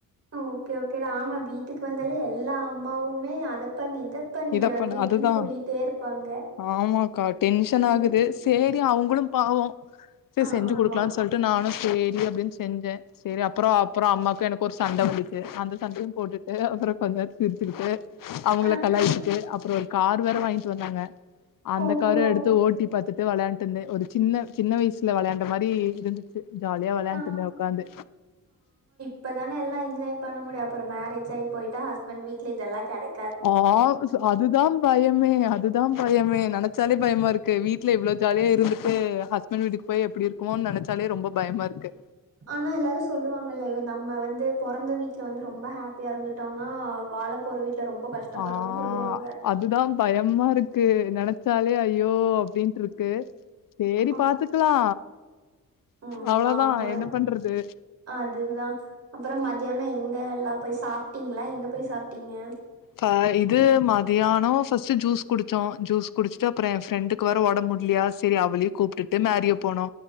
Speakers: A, on the right; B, on the left.
A: ஓகே ஓகேடா ஆமா வீட்டுக்கு வந்தால எல்லா அம்மாவுமே அத பண்ணு இத பண்ணு
B: இதப்பண்
A: அப்டி இப்டின்னு
B: அதுதா
A: சொல்லிட்டே இருப்பாங்க
B: ஆமாக்கா டென்ஷனாகுது
A: ம்
B: சேரி அவுங்களு பாவோ சே
A: ஆமா
B: செஞ்சு குடுக்கலான் சொல்ட்டு நானு சேரி அப்டின்னு செஞ்ச சேரி அப்பறோ அப்பறோ அம்மாக்கு எனக்கு ஒரு சண்ட வந்துச்சு அந்த சண்டையு போட்டுட்டு அப்புறோ கொஞ் சிரச்சுக்கிட்டு அவங்கள
A: ஆஹ
B: கலாயிச்சுட்டு அப்புறோ ஒரு கார் வேற வாங்கிட்டு வந்தாங்க அந்த
A: ஓஹோ
B: கார எடுத்து ஓட்டி பாத்துட்டு வளையாண்டுருந்தே ஒரு சின்ன சின்ன வயசுல விளையாண்ட மாரி இருந்துது ச்சு ஜாலியா வெலாண்ட்டு
A: ஆ
B: இருந்த ஒக்காந்து
A: இப்பதான எல்லா என்ஜாய் பண்ண முடியு அப்புறோ மேரேஜ் ஆயி போயிட்டா ஹஸ்பண்ட் வீட்ல இதெல்லா கடை
B: ஆ அதுதா பயம் மே அதுதா பயமே நனைச்சாலே பயமாருக்கு வீட்ல இவ்ளோ ஜாலியா இருந்துட்டு ஹஸ் பண்டு வீட்டுக்கு போய் எப்டி இருக்குமோனு நனைச்சாலே ரொம்ப பயமா இருக்கு
A: ஆனா எல்லாரு சொல்லுவாங்கல்ல நம்ம வந்து பொறந்த வீட்ல வந்து ரொம்ப ஹப்பியா இருந்துட்டோனா வாழ போற வீட் ல ரொம்ப கஷ்டப்படுவோனு
B: ஆ
A: சொல்லுவாங்க
B: அதுதா பயமாருக்கு நனைச்சாலே ஐயோ அப்டின்ட்ருக் க்கு சேரி
A: ஆ
B: பாத்துக்லா
A: ஆமா
B: அவ்ளோதா
A: ஆமா
B: என்ன பண்றது
A: அதுதா அப்பறோ மதியானோ எங்க எல்லா போய் சாப்ட்டீங்ளா எங்க போய் சாப்ட்டீங்க
B: ப இது மதியானோ ஃபஸ்ட் ஜூஸ் குடிச்சோம் ஜூஸ் குடிச்ட்டு அப்புறோ எ ஃப்ரெண்டு கு வேற ஒடம் முட்லியா சேரி அவளியு கூப்டுட்டு மேரியோ போனோ